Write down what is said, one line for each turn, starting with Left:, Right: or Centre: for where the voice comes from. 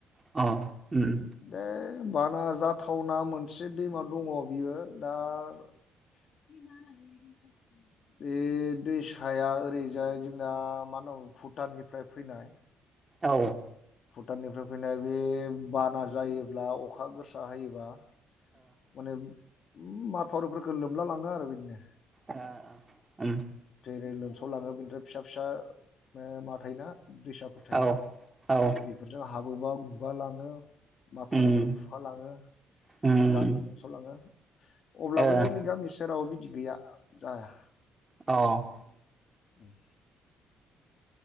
Right: अ। उम
Left: दै बाना जाथावना मोनसे दैमा दङ बियो दा <unintelligible> बे दैसाया ओरैजाय जोंना मा होनाव भुटाननिफ्राय फैनाय-्
Right: औ।
Left: भुटाननिफ्राय फैनाय बे बाना जायोब्ला अखा गोसा होयोबा। माने माथावरिफोरखो लोमला लांङो आरो बिदिनो।
Right: ओ ओ उम।
Left: जे लोमसावलाङो बिनिफ्राय फिसा फिसा नो मा थायोना दैसाफोर थायोन
Right: ओ औ औ
Left: बेफोरजों हाबोबा गुगा लाङो। माथरिफोर
Right: उम
Left: खुखालाङो,
Right: उम
Left: गामि लोमसावलाङो, अब्लाबो
Right: ओ
Left: जोंनि गामि सेराव बिदि गैया जाया
Right: औ
Left: <inaudible>